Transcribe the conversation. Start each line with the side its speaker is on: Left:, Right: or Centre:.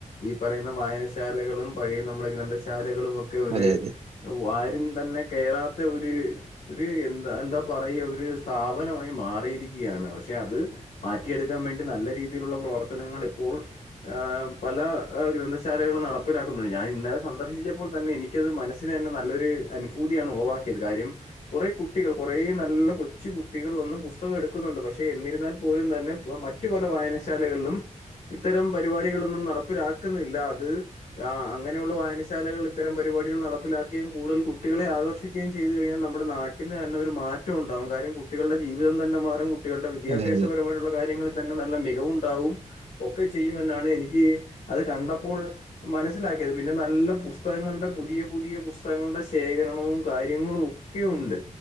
Left: ഈ പറയുന്ന വായനശാലകളും പഴയ നമ്മളുടെ ഗ്രന്ഥശാലകളും ഒക്കെ ഒര്
Right: അതെ അതെ
Left: ആരും തന്നെ കയറാത്ത ഒരു ഒരു എന്താ എന്താ പറയ ഒരു സ്ഥാപനമായി മാറിയിരിക്കുകയാണ് പക്ഷെ അത് മാറ്റിയെടുക്കാൻ വേണ്ടി നല്ല രീതിയിലുള്ള പ്രവർ ത്തനങ്ങളിപ്പോൾ പല ഗ്രന്ഥശാലകളും നട തിലാക്കുന്നു ഞാൻ ഇന്നലെ സന്ദർശിച്ചപ്പോൾ തന്നെ എനിക്കത് മനസിന് തന്നെ നല്ലൊരു അനുഭൂതിയാണ് ഉളവാക്കിയത് കാര്യം കുറേ കുട്ടികൾ കുറേ നല്ല കൊച്ചു കുട്ടികൾ വന്ന് പുസ് പുസ്തകം എടുക്കുന്നുണ്ട് പക്ഷെ എന്നിരുന്നാൽ പോലും തന്നെ മറ്റു പല വായനശാലകളിലും ഇത്തരം പരിപാടികളൊന്നും നടപ്പിലാക്കുന്നില്ല അത് അങ്ങനെയുള്ള വായനശാലകളിൽ ഇത്തരം പരിപാടികൾ നടപ്പിലാക്കുകയും കൂടുതൽ കുട്ടികളെ ആകർഷിക്കുകയും ചെയ്തു കഴിഞ്ഞാൽ നമ്മുടെ നാട്ടിന് തന്നെ ഒരു മാറ്റം മാറ്റ ഉണ്ടാവും കാര്യം കുട്ടികളുടെ ജീവിതം തന്നെ മാറും കുട്ടികളുടെ വിദ്യാഭ്യാസപരമായിട്ടുള്ള
Right: അതെ അതെ
Left: കാര്യൾ തന്നെ നല്ല മികവുണ്ടാവും ഒക്കെ ചെയ്യുമെന്നാണ് എനിക്ക് അത് കണ്ടപ്പോൾ മനസ്സിലാക്കിയത് പിന്നെ നല്ല പുസ് പുസ്തകങ്ങളുടെ പുതിയ പുതിയ പുസ്തകങ്ങളുടെ ശേഖരണവും കാര്യങ്ങളും ഒക്കെ ഉണ്ട്